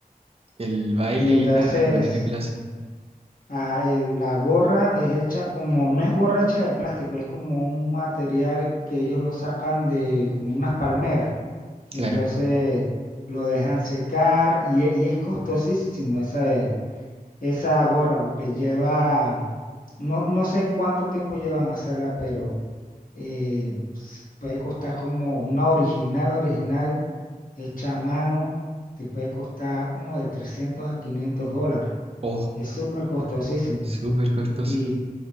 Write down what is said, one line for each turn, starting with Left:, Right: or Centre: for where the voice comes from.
Right: el baile
Left: y entonces
Right: y la manera que lo hacen.
Left: Ajá, el- la gorra es hecha como, no es gorra hecha de plástico, es como un material que ellos lo sacan de como unas palmeras y
Right: Claro.
Left: entonces lo dejan secar y, e- y es costosísimo esa, eh, esa gorra porque lleva, no, no sé cuánto tiempo llevan a hacerla, pero eh, s- puede costar como una original, original, hecha a mano, te puede costar como de 300 a 500 dólares.
Right: Oh,
Left: Es súper costosísimo.
Right: súper costoso.
Left: Y,